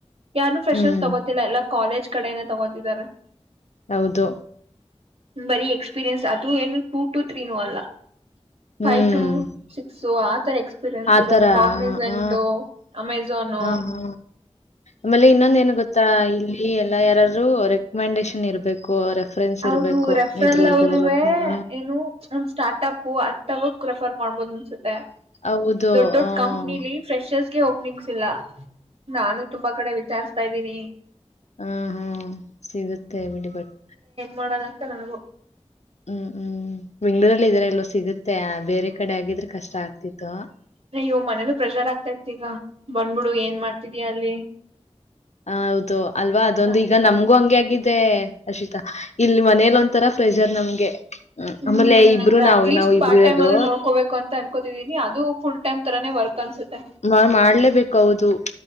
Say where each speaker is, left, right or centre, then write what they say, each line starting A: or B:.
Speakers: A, on the right (about 60°); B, on the left (about 80°).
A: ಯಾರು ಫ್ರೆಶರ್ಸ್
B: ಹ್ಮ್,
A: ತಗೋತಿಲ್ಲ ಎಲ್ಲ ಕಾಲೇಜ್ ಕಡೆನೆೇ ತಗೋತಿದ್ದಾರೆ
B: ಹೌದು.
A: ಬರೀ ಎಕ್ಸ್ಪೀರಿಯನ್ಸ್ ಅದುೂ ಏನು ಟೂ ಟು ತ್ರೀನೂ ಅಲ್ಲ
B: ಹ್ಮ್.
A: ಫೈವ್ ಟು ಸಿಕ್ಸ್ ಆತರ ಎಕ್ಸ್ ಎಕ್ಸ್ಪೀರಿಯನ್ಸ್
B: ಆ
A: ಇವಾಗ
B: ಥರ.
A: ಕಾಗನಿಸೆಂಟು
B: ಆ!
A: ಅಮೆಝಾನ
B: ಆ! ಹಾ. ಆಮೇಲೆ ಇನ್ನೊಂದ ಏನ್ ಗೊತ್ತಾ ಇಲ್ಲಿ ಎಲ್ಲಾ ಯಾರಾದರು ರೆಕಮೆಂಡೇಶನ್ ಇರ್ಬೇಕು ರೆಫರೆನ್ಸ್
A: ಹೌದು
B: ಇರ್ಬೇಕು
A: ರೆಫೆಲ್
B: ಇದ್ರೊಳಗಡೆ
A: ಅವರುೇ
B: ಲೋಕಲ್‌ನ.
A: ಏನು ಒ ಸ್ಟಾರ್ಟಪ್ ಅಂತವ ರೆಫರ್ ಮಾಡ್ಬೋುದು ಅನ್ಸುತ್ತೆ
B: ಹೌದು.
A: ದೊಡ್ಡ ದೊಡ್ಡ
B: ಹ್ಮ್,
A: ಕಂಪ್ನಿಲಿ ಫ್ರೆಷರ್ಸ್ಗೆ ಹೋಗ ನಿಂಗಸಿಲ್ಲ ನಾನು ತುಂಬಾ ಕಡೆ ವಿಚಾರ್ಸ್ ಇದ್ದೀನಿ
B: ಹ ಹಾ ಸಿಗುತ್ತೆ ಬಿಡಿ ಬಟ್
A: ಮಾಡದಂತ ನನಗು
B: ಹ್ಮ್ ಹ್ಮ್ ಬೆಂಗ್ಳೂರಲ್ಲಿ ಇದ್ರ ಎಲ್ಲೋ ಸಿಗುತ್ತೆ ಬೇರೆ ಕಡೆ ಆಗಿದ್ರೆ ಕಷ್ಟ ಆಗ್ತಿತ್ತು
A: ನಯ್ಯೋ ಮನೇಲ್ಲ ಪ್ರೆಷರ್ ಆಗ್ತಾ ಇರ್ತಿಗ ನ್ಬಿಡು ಏನ್ ಮಾಡ್ತಿದಯಾ ಅಲ್ಲಿ
B: ಹ ಹೌದು ಅಲ್ವಾ ಅದೊಂದು
A: ಅದೇ.
B: ಈಗ ನಮ್ಗೂ ಹಂಗೆ ಆಗಿದೆ ಅರ್ಷಿತಾ ಇಲ್ಲಿ ಮನೇಲಿ ಒಂಂತರ ಪ್ರೆಷರ್ ನಮ್ಗೆ ಹ್ಮ್.
A: ಹ್ಮ್
B: ಆಮೇಲೆ ಇಬ್ರು
A: ಅಟ್ಲೀಸ್ಟ್
B: ನಾವು ನಾವು
A: ಪಾರ್ಟ್
B: ಇಬ್ರು ಇರೋದು.
A: ಟೈಮ್ ಆದ್ರೂ ನೋಡ್ಕೋಬೇಕು ಅಂತ ಅನ್ಕೋತಿದೀನಿ ಅದು ಫುಲ್ ಟೈಮ್ ತರ ವರ್ಕ್ ಅನ್ಸುತ್ತೆ
B: ನಾವ್ ಮಾಡ್ಲೇಬೇಕು ಹೌದು.